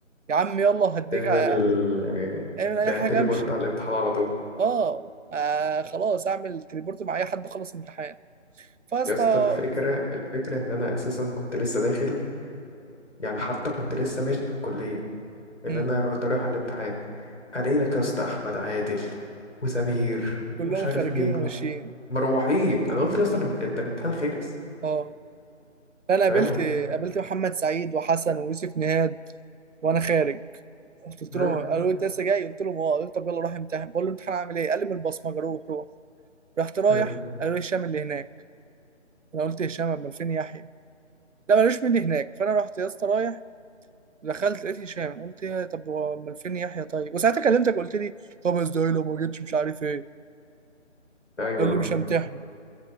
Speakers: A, on the right (about 80°); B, on the left (about 70°).
A: يا عم يلا هديك
B: تعمل
A: ع-
B: آه،
A: اعمل اي
B: ده
A: حاجه
B: تليبورت
A: امشي
B: على الامتحان على طول
A: اه آه، خلاص اعمل تليبورت مع اي حد خلص امتحان فاسطى
B: يا اسطى الفكره الفكره ان انا اساسا كنت لسه داخل يعني حتى كنت لسه ماشي في الكليه اللي
A: امم
B: انا را- رايح على الامتحان الاقي لك يا اسطى احمد عادل وسمير
A: كلهم
B: ومش عارف
A: خارجين
B: مين
A: وماشيين
B: مروحين انا قلت يا اسطى ده ده الامتحان خلص
A: اه انا
B: فاهم
A: قابلت قابلت محمد سعيد وحسن ويوسف نهاد وانا خارج قلت
B: ها
A: لهم قالوا لي انت لسه جاي قلت لهم اه قالوا طب يلا روح امتحن بقول له امتحان عامل ايه قال لي من البصمجه روح روح رحت رايح
B: ها.
A: قالوا لي هشام اللي هناك انا قلت هشام امال فين يحيى لا مالوش من اللي هناك فانا رحت يا اسطى رايح دخلت لقيت هشام قلت يا طب هو امال فين يحيى طيب وساعتها كلمتك قلت لي خمس دقايق لو ما جيتش مش عارف ايه
B: ايوه
A: قال لي مش همتحن